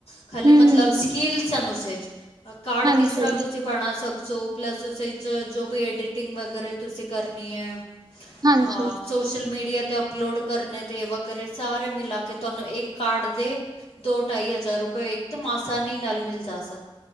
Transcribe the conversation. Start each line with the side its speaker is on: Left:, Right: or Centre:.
Left: ਖਾਲੀ
Right: ਹਮ ਹਮ
Left: ਮਤਲਬ ਸਕੀਲ ਸਨ ਉਸੇ ਚ। ਆ ਕਾਰਡ
Right: ਹਾਂਜੀ
Left: ਕਿਸ ਤਰ੍ਹਾ ਤੁਸੀ ਬਣਾ ਸਕਸੋ ਪਲੱਸ ਉਸੇ ਚ ਜੋ ਵੀ ਐਡੀਟਿੰਗ ਵਗੈਰੇ ਤੁਸੀ ਕਰਨੀ ਐ,
Right: ਹਾਂਜੀ
Left: ਹਾਂ ਸੋਸ਼ਲ ਮੀਡੀਆ ਤੇ ਅਪਲੋਡ ਕਰਨੇ ਦੇ ਵਗੈਰੇ ਸਾਰੇ ਮਿਲਾ ਕੇ ਤਾਨੂੰ ਇਕ ਕਾਰਡ ਦੇ ਦੋ ਢਾਈ ਹਜਾਰ ਰੁਪਏ ਇਕਦਮ ਆਸਾਨੀ ਨਾਲ ਮਿਲ ਜਾ ਸਕ